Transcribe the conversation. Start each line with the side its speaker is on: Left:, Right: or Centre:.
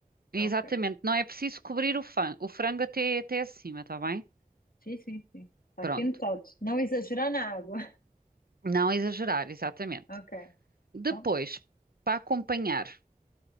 Right: exatamente.
Left: Ok.
Right: Não é preciso cobrir o, fan- o frango até, até acima, está bem?
Left: Sim, sim, sim. Está
Right: Pronto.
Left: aqui anotado. Não exagerar na água. <laughs>
Right: Não exagerar, exatamente.
Left: Ok.
Right: Depois,
Left: Então,
Right: para acompanhar,